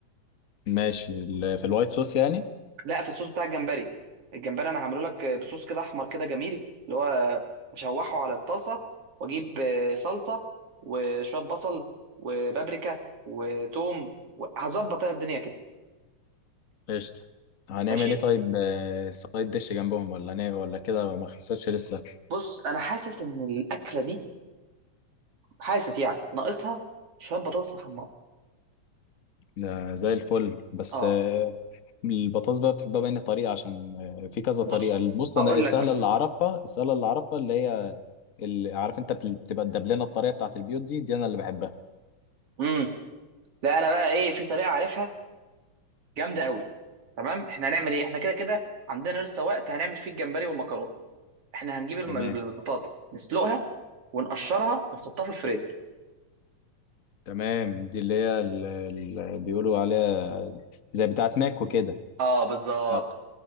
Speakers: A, on the left; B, on the right.
A: ماشي ال- في الوايت صوص يعني
B: لا في الصوص بتاع الجمبري الجمبري انا هعمله لك بصوص كده احمر كده جميل اللي هو اشوحه على الطاسه واجيب آه، صلصه وشويه بصل وبابريكا وتوم وهظبط انا الدنيا كده
A: قشطة هنعمل
B: ماشي
A: ايه طيب آه، سايد ديش جنبهم ولا هنعمل ولا كده ما خلصتش لسه
B: بص انا حاسس ان الاكله دي حاسس يعني ناقصها شويه بطاطس محمره
A: ده زي الفل بس
B: اه
A: آه، البطاطس بقى بتحبها بأي طريقة عشان آه، في كذا طريقة
B: بص
A: بص أنا
B: هقول
A: السهلة
B: لك بقى
A: اللي أعرفها السهلة اللي أعرفها اللي هي اللي عارف أنت بت- بتبقى الدبلانة الطريقة بتاعت البيوت دي دي أنا اللي بحبها
B: امم لا انا بقى ايه في طريقه عارفها جامده قوي تمام احنا هنعمل ايه احنا كده كده عندنا لسه وقت هنعمل فيه الجمبري والمكرونه احنا هنجيب الم-
A: تمام
B: البطاطس نسلقها ونقشرها ونحطها في الفريزر
A: تمام دي اللي هي اللي بيقولوا عليها زي بتاعت ماك وكده
B: اه بالظبط
A: اه